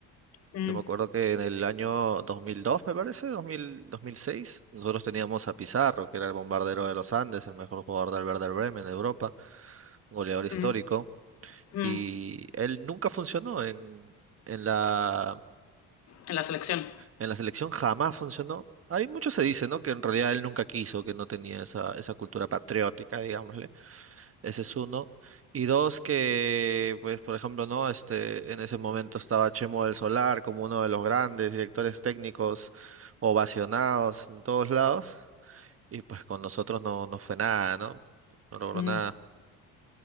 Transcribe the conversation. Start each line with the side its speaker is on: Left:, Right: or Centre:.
Left: Mm,
Right: Yo me acuerdo que en el año 2002 me parece, dos dos mil dos mil seis nosotros teníamos a Pizarro, que era el bombardero de los Andes, el mejor jugador del Werder Bremen de Europa, un goleador histórico,
Left: mm, mm.
Right: y él nunca funcionó en, en la
Left: En la selección.
Right: En la selección jamás funcionó. Hay mucho se dice, ¿no? Que en realidad él nunca quiso, que no tenía esa, esa cultura patriótica, digámosle. Ese es uno. Y dos, que, pues, por ejemplo, ¿no? Este, en ese momento estaba Chemo del Solar como uno de los grandes directores técnicos ovacionados en todos lados. Y pues con nosotros no, no fue nada, ¿no? No logró
Left: Mm.
Right: nada.